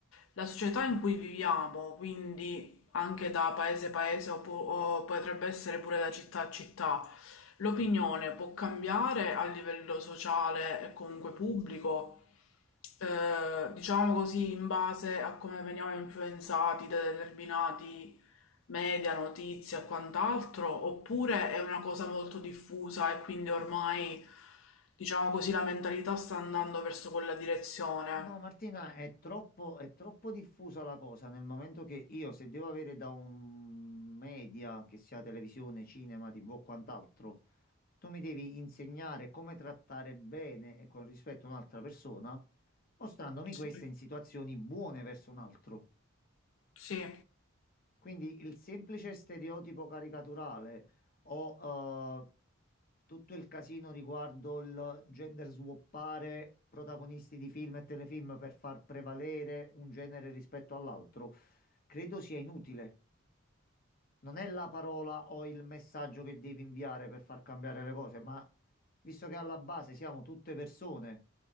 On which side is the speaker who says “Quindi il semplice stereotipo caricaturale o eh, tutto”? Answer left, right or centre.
Left